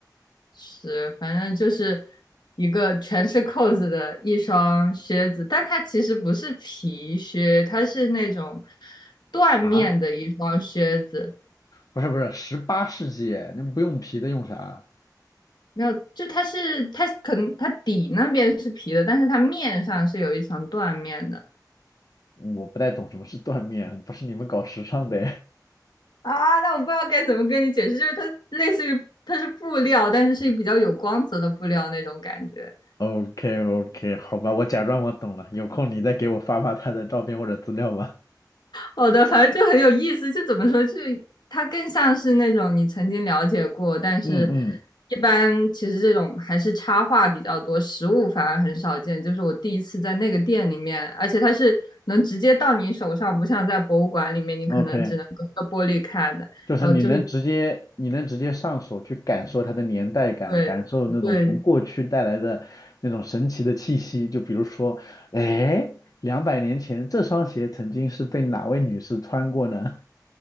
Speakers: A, on the left; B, on the left.
A: 是，反正就是一个全是扣子的一双靴子，但它其实不是皮靴，它是那种缎面的一双靴子。
B: 啊？不是不是，十八世纪，那不用皮的用啥啊？
A: 没有，就它是它可能它底那边是皮的，但是它面上是有一层缎面的。
B: 我不太懂什么是缎面，不是你们搞时尚的。
A: 啊，那我不知道该怎么跟你解释，就是它类似于它是布料，但是是比较有光泽的布料那种感觉。
B: o k o k 好吧，我假装我懂了。有空你再给我发发他的照片或者资料吧。
A: 好的，反正就很有意思，就怎么说，就是它更像是那种你曾经了解过，但是
B: <laughs> 嗯嗯
A: 一般其实这种还是插画比较多，实物反而很少见。就是我第一次在那个店里面，而且它是能直接到你手上，不像在博物馆里面你可能只能隔着玻璃看的。
B: ，OK，就是你能直接你能直接上手去感受它的年代感，
A: 然后就是对对
B: 感受那种从过去带来的那种神奇的气息。就比如说，哎，两百年前这双鞋曾经是被哪位女士穿过呢？